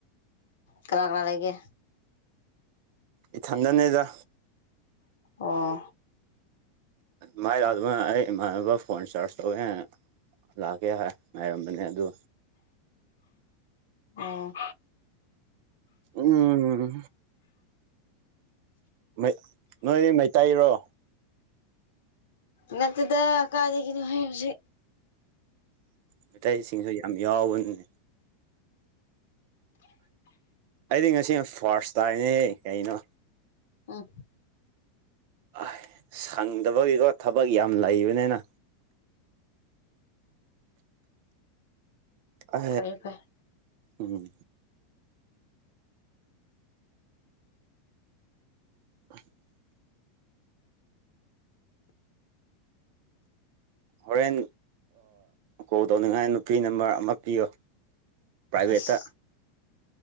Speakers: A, on the left; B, on the right.
A: ꯀꯅꯥ ꯀꯅꯥꯥ ꯂꯩꯒꯦ
B: ꯏ ꯊꯟꯗꯅꯦꯗ
A: ꯑꯣ
B: ꯃꯥꯏ ꯂꯥꯛꯑꯗꯨꯅ ꯑꯩ ꯏꯃꯥꯟꯅꯕ ꯐꯣꯟ ꯔꯤꯆꯥꯔꯖ ꯇꯧꯋꯦ ꯂꯥꯛꯀꯦ ꯉꯥꯏꯔꯝꯕꯅꯦ ꯑꯗꯨ
A: ꯑꯣꯝ
B: ꯎꯝ ꯩ ꯅꯣꯏ ꯃꯩꯇꯩꯔꯣ
A: ꯅꯠꯇꯗ ꯀꯥꯗꯒꯤꯅ ꯍꯧꯁꯦ
B: ꯃꯩꯇꯩꯁꯤꯡꯁꯨ ꯌꯥꯝ ꯌꯥꯎꯕꯅꯦ ꯑꯩꯗꯤ ꯉꯁꯤ ꯐꯥꯔꯁ ꯇꯥꯏꯅꯦꯍꯦ ꯀꯩꯅꯣ
A: ꯑꯣ
B: ꯑ ꯁꯪꯗꯕꯒꯤꯀꯣ ꯊꯕꯛ ꯌꯥꯝ ꯂꯩꯕꯅꯤꯅ ꯍ
A: ꯐꯩ ꯐꯩ
B: ꯎꯝ <inaudible> ꯍꯣꯔꯦꯟ ꯀꯣꯜ ꯇꯧꯅꯤꯡꯉꯥꯏ ꯅꯨꯄꯤ ꯅꯝꯕꯔ ꯑꯃ ꯄꯤꯌꯣ ꯄ꯭ꯔꯥꯏꯚꯦꯠꯇ
A: ꯏꯁ